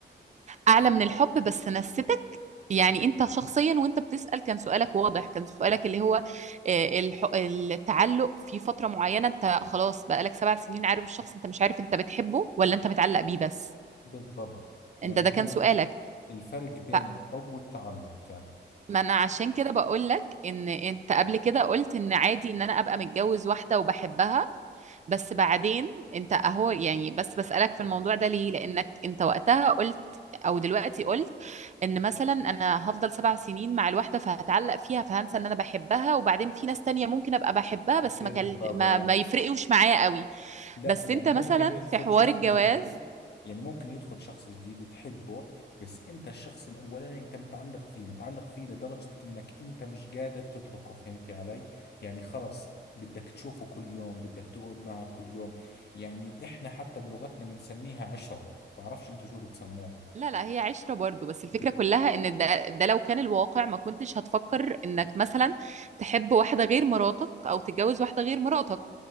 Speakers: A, on the right (about 40°); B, on the left (about 60°).
A: أعلى من الحب بس نستك يعني أنت شخصيا وأنت بتسأل كان سؤالك واضح كان سؤالك اللي هو آه، الح- التعلق في فترة معينة أنت خلاص بقالك سبع سنين عارف الشخص أنت مش عارف أنت بتحبه ولا أنت متعلق بيه بس
B: بالضبط يعني
A: أنت ده
B: هو
A: كان سؤالك
B: الفرق بين
A: ف
B: الحب والتعلق كان
A: ما انا عشان كده بقول لك ان انت قبل كده قلت ان عادي ان انا ابقى متجوز واحده وبحبها بس بعدين انت اهو يعني بس بسألك في الموضوع ده ليه لانك انت وقتها قلت او دلوقتي قلت ان مثلا انا هفضل سبع سنين مع الواحده فهتعلق فيها فهنسى ان انا بحبها وبعدين في ناس تانية ممكن ابقى بحبها بس
B: بالضبط
A: ما كل... ما, ما يفرقوش معايا قوي
B: لا
A: بس
B: يعني
A: انت مثلا
B: ممكن يدخل
A: في حوار
B: شخص
A: الجواز
B: جديد يعني ممكن يدخل شخص جديد تحبه بس انت الشخص الاولاني انت متعلق فيه متعلق فيه لدرجة انك انت مش قادر تتركه فهمتي علي يعني خلص بدك تشوفه كل يوم بدك تقعد معه كل يوم يعني احنا حتى بلغتنا بنسميها عشرة بعرفش انتوا شو بتسموها
A: لا لا هي عشرة برضو بس الفكرة
B: بد...
A: كلها ان ده, ده لو كان الواقع ما كنتش هتفكر انك مثلا تحب واحدة غير مراتك او تتجوز واحدة غير مراتك